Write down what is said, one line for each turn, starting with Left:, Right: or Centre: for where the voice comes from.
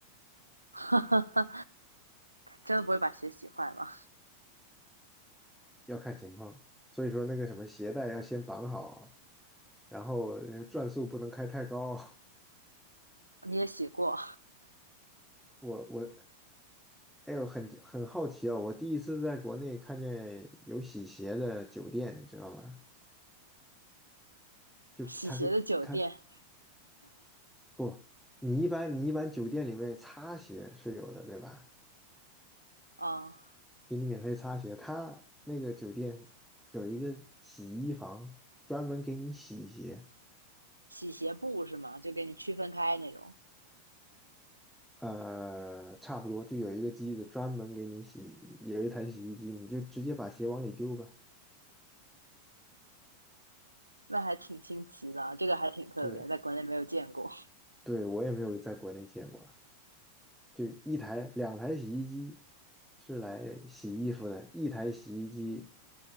Right: <laughs> 真的不会把鞋洗坏吗？
Centre: <laughs> 要看情况。所以说那个什么鞋带要先绑好，然后呃转速不能开太高。<laughs>
Right: 你也洗过
Centre: 我我，哎呦，很很好奇啊，我第一次在国内看见有洗鞋的酒店，你知道吗？就他给他
Right: 洗鞋的酒店
Centre: 不，你一般你一般酒店里面擦鞋是有的，对吧？
Right: 啊、嗯
Centre: 给你免费擦鞋，他那个酒店有一个洗衣房，专门给你洗鞋。
Right: 洗鞋布是吗？就给你区分开那种，
Centre: 呃，差不多就有一个机子专门给你洗，有一台洗衣机，你就直接把鞋往里丢吧。
Right: 那还挺新奇的啊，这个还挺特别，
Centre: 对，
Right: 在国内没有见过。
Centre: 对，我也没有在国内见过，就一台两台洗衣机是来洗衣服的，一台洗衣机